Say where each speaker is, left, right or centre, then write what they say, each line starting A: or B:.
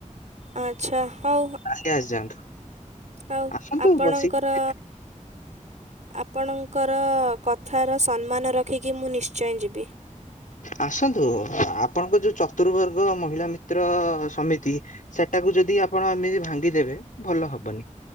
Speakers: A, on the right; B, on the left.
A: ଆଛା ହଉ।
B: କାଲି ଆସିଯାଆନ୍ତୁ।
A: ଆଉ
B: ଆସନ୍ତୁ
A: ଆପଣଙ୍କର
B: ବସିକି
A: ଆପଣଙ୍କ <unintelligible> କଥାର ସମ୍ମାନ ରଖିକି ମୁ ନିଶ୍ଚୟ ଯିବି।
B: ଆସନ୍ତୁ ଆପଣଙ୍କ ଯୋଉ ଚତୁବର୍ଗ ମହିଳା ମିତ୍ର ସମିତି ସେଟାକୁ ଯଦି ଆପଣ ଏମିତି ଭାଙ୍ଗିଦେବେ ଭଲ ହବନି